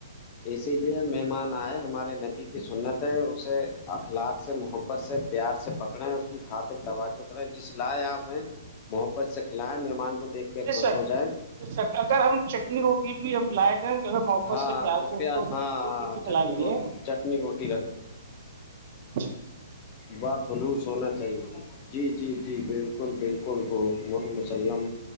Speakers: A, on the left; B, on the right.
A: اسی لیے مہمان آئے ہمارے نبی کی سنت ہے اسے اخلاق سے محبت سے پیار سے پکڑے اس کی کاطرک تواجو کریں جس لائے آپ ہیں محبت سے کھلائیں م مہ مان کو دیک کے
B: بے
A: خوش
B: شک
A: ہو جائے
B: اگر ہم چٹنی روٹی بھی ہم لائق اگر محبت
A: ہاں
B: سے پیار تو
A: پیاز
B: اس کو
A: ہاں
B: چنی روٹی بھی کلائی
A: چٹنی
B: دی
A: روٹی
B: ہے
A: چٹنی روٹی
B: جچھ
A: با خلوص ہونا چاہیے جی جی جی بالکل بالکل وہ محم وسام